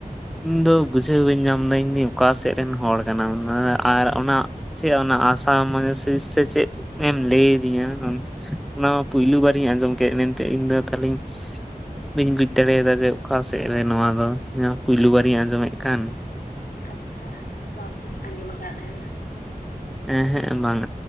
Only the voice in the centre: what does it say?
ᱤᱧ ᱫᱚ ᱵᱩᱡᱷᱟᱹᱣ ᱵᱟᱹᱧ ᱧᱟᱢ ᱢᱮᱱ ᱫᱟᱹᱧ ᱫᱚ ᱚᱠᱟ ᱥᱮᱫ ᱨᱮᱱ ᱦᱚᱲ ᱠᱟᱱᱟᱢ ᱚᱱᱟ ᱟᱨ ᱚᱱᱟ ᱪᱮᱫ ᱚᱱᱟ ᱟᱥᱟᱢ <unintelligible> ᱥᱤᱥ ᱥᱮ ᱪᱮᱫ ᱞᱟᱹᱭ ᱟᱫᱤᱧᱟ ᱚᱱᱟ ᱢᱟ ᱯᱩᱭᱞᱩ ᱵᱟᱨᱤᱧ ᱟᱸᱡᱚᱢ ᱠᱮᱫ ᱢᱮᱱ ᱛᱮ ᱤᱧ ᱫᱚ ᱛᱷᱟᱞᱤᱧ ᱵᱟᱹᱧ ᱵᱩᱡ ᱫᱟᱲᱮ ᱭᱟᱫᱟ ᱡᱮ ᱚᱠᱟ ᱥᱮᱫ ᱨᱮᱱ ᱱᱚᱣᱟ ᱨᱚᱲ ᱫᱚ ᱯᱩᱭᱞᱩ ᱵᱟᱨᱤᱧ ᱟᱸᱡᱚ ᱢᱮᱫ ᱠᱟᱱ <inaudible>
ᱮ ᱦᱮᱸᱜ ᱵᱟᱝ